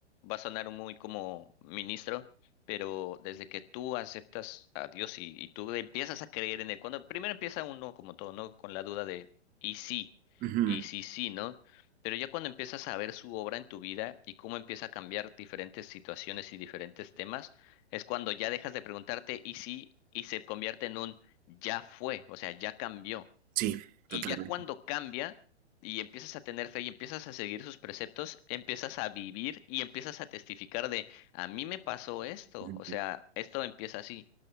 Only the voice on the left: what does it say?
va a sonar muy como ministro, pero desde que tú aceptas a Dios y, y tú empiezas a creer en él, cuando primero empieza uno como todo, ¿no? Con la duda de, y sí,
y sí, sí, ¿no? Pero ya cuando empiezas a ver su obra en tu vida y cómo empieza a cambiar diferentes situaciones y diferentes temas, es cuando ya dejas de preguntarte, y sí, y se convierte en un ya fue, o sea, ya cambió.
Y
ya cuando cambia y empiezas a tener fe y empiezas a seguir sus preceptos, empiezas a vivir y empiezas a testificar de, a mí me pasó esto,
o sea, esto empieza así.